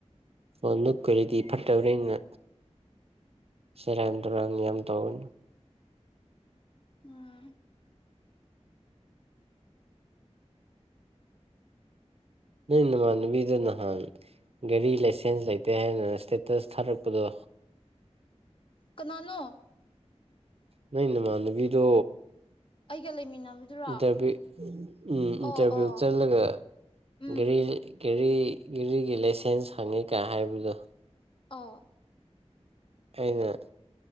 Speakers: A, on the right (about 60°); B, on the left (about 50°).
A: ꯐꯣꯟꯗꯣ ꯀꯨꯏꯔꯗꯤ ꯐꯠꯇꯕꯅꯤꯅ ꯁꯦꯔꯥꯟ ꯇꯨꯔꯥꯟ ꯌꯥꯝ ꯇꯧꯋꯦ
B: ꯎꯝ
A: ꯅꯣꯏ ꯅꯃꯥꯟꯅꯕꯤꯗꯣ ꯅꯍꯥꯟ ꯒꯥꯔꯤ ꯂꯥꯏꯁꯦꯟꯁ ꯂꯩꯇꯦ ꯍꯥꯏꯅ ꯏꯁꯇꯦꯇꯁ ꯊꯥꯔꯛꯄꯗꯣ
B: ꯀꯅꯥꯅꯣ
A: ꯅꯣꯏ ꯅꯃꯥꯟꯅꯕꯤꯗꯣ
B: ꯑꯩꯒ ꯂꯩꯃꯤꯟꯅꯕꯗꯨꯔꯣ
A: ꯏꯟꯇꯔꯚ꯭ꯌꯨ ꯎꯝ
B: ꯑꯣ
A: ꯏꯟꯇꯔꯚ꯭ꯌꯨ
B: ꯑꯣ
A: ꯆꯠꯂꯒ
B: ꯎꯝ
A: ꯒꯥꯔꯤ ꯒꯥꯔꯤ ꯒꯥꯔꯤꯒꯤ ꯂꯥꯏꯁꯦꯟꯁ ꯍꯪꯉꯤ ꯀꯥꯏ ꯍꯥꯏꯕꯗꯣ
B: ꯑꯥ
A: ꯑꯩꯅ